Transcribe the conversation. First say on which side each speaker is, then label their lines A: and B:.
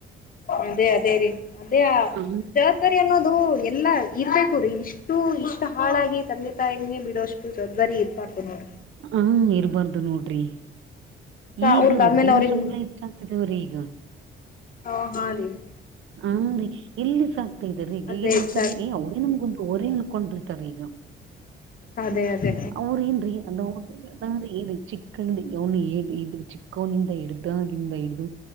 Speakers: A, on the left; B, on the right.
A: ಅದೇ ಅದೇ ರೀ ಅದೇ. <unintelligible>
B: ಹ
A: ಸರಿ ಅನ್ನೋದು ಎಲ್ಲ ಇರ್ಬೇಕು ರೀ ಇಷ್ಟು ಇಷ್ಟು ಹಾಳಾಗಿ ತಂದೆ ತಾಯೇ ಬಿಡೋಷ್ಟು. ಜವಾಬ್ದಾರಿ ಇರ್ಪಾತು ನೋಡ.
B: ಹ್ಮ ಇರ್ಬಾರ್ದು ನೋಡ್ರಿ. ಈಗ
A: ಅವ್ರ ಕಾಲ್ಮೇಲೆ
B: ರುದ್ರಾಂಶ್ರಮಗಳು
A: ಅವ್ರಿಗೆ
B: ಹೆಚ್ಚಾಗ್ತಿದವ್ರೀ ಈಗ.
A: ಹ ಹಾ ರೀ <inaudible>
B: ಹಾ ರೀ ಎಲ್ಲಿ ಸಾಕ್ತಾ ಇದ್ದ ರೀಗೀಗಏನಂತಾರೆಏ
A: ಅದೇ ಇಷ್ಟ
B: ಅವ್ರೇ ನಮ್ಗುಂತು ಅವರೇ. ಅನ್ಕೊಂಡ್ ಬಿಡ್ತಾರೀ ಈಗ.
A: ಅದೇ ಅದೇ.
B: ದೂರ ಏನ್ರೀ ಹಲೋ. ಅಂದ್ರೆ ಏನು ಚಿಕ್ಕಿಂದ ಅವನು ಇದ ಚಿಕ್ಕವನಿಂದ ಹಿಡ್ದಾಗಿಂದ ಹಿಡ್ದು.